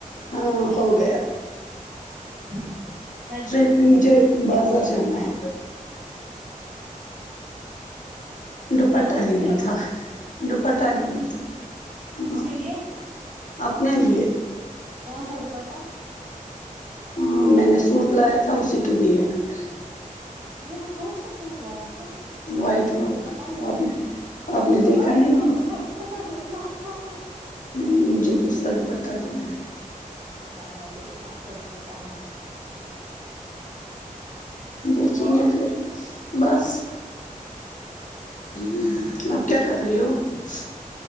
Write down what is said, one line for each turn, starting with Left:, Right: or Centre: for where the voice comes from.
Left: ہاں ہوگ
Right: ہوں ہی تو <unintelligible>
Left: تھی مجھے بازار جانا ہے دوپٹہ
Right: بازار
Left: لینا
Right: کیوں جانا
Left: تھا دوپٹہ لینا تھا ہ
Right: کس کے لیے
Left: اپنے لیے
Right: کون سا دوپٹہ
Left: ہاں میں نے سوٹ لایا تھا اسی کے لیے <unintelligible>
Right: سو کو <unintelligible> سوٹ لایا تھا <unintelligible>
Left: وائٹ والا
Right: مجھے پتا ہی
Left: آپ
Right: نہیں
Left: آپ نے
Right: اچھا
Left: دیکھا
Right: وائٹ
Left: نہیں
Right: اس کا بک <unintelligible> جو اتنا اچھا ہے <unintelligible>
Left: نہیں مجھے دوسرا دوپٹہ لینا ہے <unintelligible>
Right: کیا ہوا وہ اتنا اچھا ڈکا <unintelligible> ہے
Left: دیکھیں
Right: اور
Left: گے
Right: <unintelligible>
Left: پھر بس <unintelligible> ہ اب کیا کر رہی ہو <unintelligible>